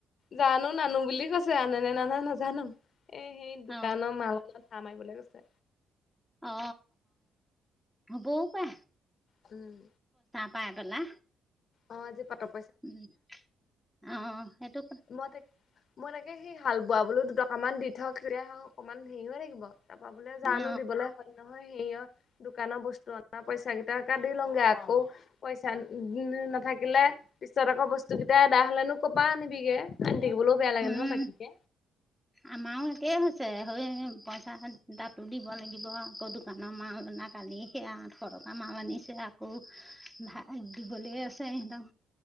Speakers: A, on the left (about 55°); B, in the centre.
A: জানো নানো বুলি কৈছে আনে নে নানে নাজানো এ সেই
B: অ
A: দোকানৰ মালত ধাৰ মাৰিবলৈ গৈছে।
B: অ অ বৌ পাই।
A: উম
B: পায় পেলা
A: আজি পাটক
B: উম অ সেইটো
A: মই তাক মই তাকে সেই হাল বোৱা বোলো দুটকা মান দি থক তেতিয়া অকমান হেৰি হৈ থাকিব তাৰপা বোলে জানো
B: অ
A: দিবলে হয় ন নহয় সিয় দোকানৰ বস্তু অনা পইচা কেইট দি লওঁগে আকৌ পইচা নাথাকিলে পিছত আকৌ বস্তু কেইটা এদা হলেনো কপা আ নিনবিগে থাকিলৈও বেয়া লাগে
B: উম
A: নহয় বাকী কে
B: আমাৰো একেই হৈছে হৈ পইচা তাতো দিব লাগিব আকৌ দোকানৰ মাল অনা কালি সেয়া আঠশ টকা আম আনিছিলে আকৌ ভাত দিবলৈ আছে সিহঁতক